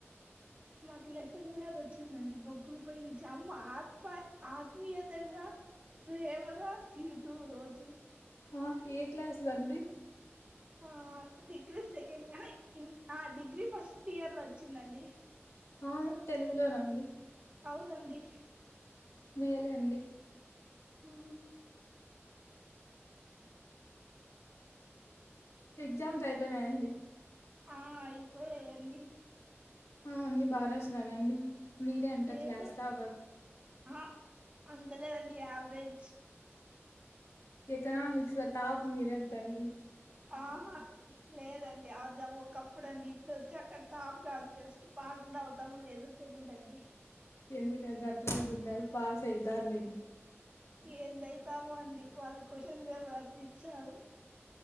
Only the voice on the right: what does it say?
మాకులే కూడా అది వచ్చిందండి బొగ్గుల పొయ్యి నుంచి అమ్మ ఆత్మ ఆత్మీయతంగా ప్రేమలో తిడుతూ రోజు
ఆ డిగ్రీ సెకండ్ అహ ఇంట్ ఆ డిగ్రీ ఫస్ట్ ఇయర్ ల వచ్చిందండి
అవునండీ
హూ
ఆ ఇప్పు ఎందు
లేదు
ఆ అంతలేదండి యావరేజ్
ఆహా లేదండి అది ఒకప్పుడు అండి ఇప్పుడు వచ్చి అక్కడ టాప్ కాదు జస్ట్ పాస్ కూడా అవుతామ లేదోని తెలిదుండి
ఏందవుతాము అండి వాళ్ళు క్వశ్చన్ పేపర్ అప్ప ఇచ్చారు